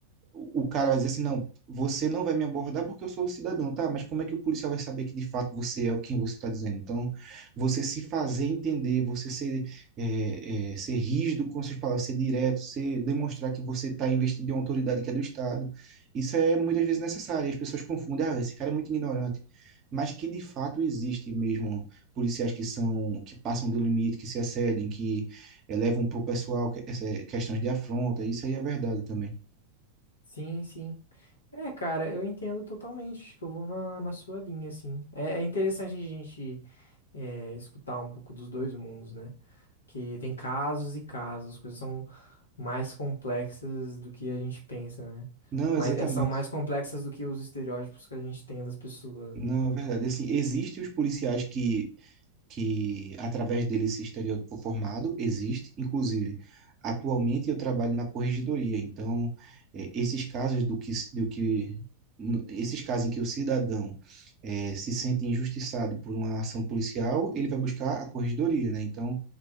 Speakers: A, on the right (about 35°); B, on the left (about 70°).
A: o o cara vai dizer assim, não, você não vai me abordar porque eu sou um cidadão, tá? Mas como é que o policial vai saber que de fato você é o quem você está dizendo? Então, você se fazer entender, você ser, é, é, ser rígido com suas palavras, ser direto, ser, demonstrar que você está investido em uma autoridade que é do Estado, isso é muitas vezes necessário. E as pessoas confundem, ah, esse cara é muito ignorante. Mas que de fato existe mesmo policiais que são, que passam do limite, que se excedem, que eh, levam para o pessoal que- essa- questões de afronta, isso aí é verdade também.
B: Sim, sim. É, cara, eu entendo totalmente. que eu vou na, na sua linha, assim. É, é interessante a gente é, escutar um pouco dos dois mundos, né? Porque tem casos e casos, as coisas são mais complexas do que a gente pensa, né?
A: Não,
B: Mas
A: exatamente.
B: é, são mais complexas do que os estereótipos que a gente tem das pessoas,
A: Não,
B: né?
A: é verdade. Assim, existem os policiais que, que através dele esse estereótipo formado, existe. Inclusive, atualmente eu trabalho na corregedoria, então eh, esses casos do que, do que n- esses casos em que o cidadão eh, se sente injustiçado por uma ação policial, ele vai buscar a corregedoria, né? Então,